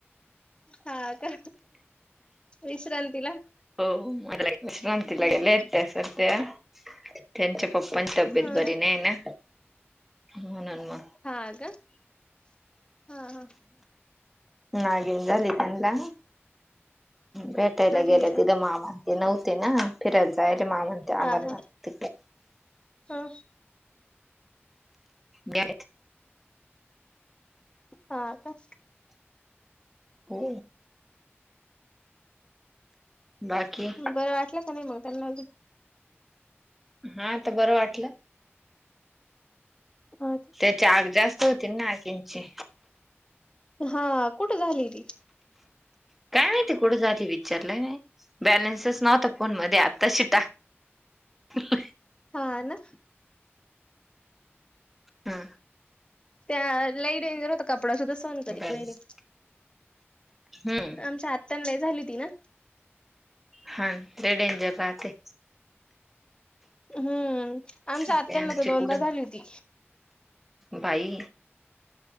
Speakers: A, on the left; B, in the centre.
A: हा का विश्रांतीला
B: हो म विश्रांती
A: हम्म
B: लागेल येत सध्या त्यांच्या पप्पची तब्येत
A: हा
B: बरी नाही ना म्हणून मग
A: हा हा हा
B: नागन झालीितला बेटायला
A: अरे
B: गेले मा म्हणते नव्हते ना फिरायला जायला मा म्हणते
A: हा
B: अमरनाथ
A: हा हा
B: ब
A: हा का
B: हो बाकी
A: बरं वाटलं का नाही मग त्यांना
B: हा तर बरं वाटलं
A: हा का
B: त्याची आग जास्त होतील नाखिची
A: हा कुठे झाली री
B: नाही ते कठं झाली विचारलंय नाही बॅलन्सच नव्हता फोन मध्ये आताशी टा ह
A: हा ना
B: हा
A: त्या लाई डेंजर होता कपडा सुद्धा न करत
B: बॅलन्स
A: नाही
B: हम्म
A: आमच्या हत झाली ती ना
B: हा ते डेंजर बाह ते
A: हम्म आमच्या
B: त्यांची
A: आत्यांना तर दोनदा
B: कुठं
A: झाली होती
B: बाई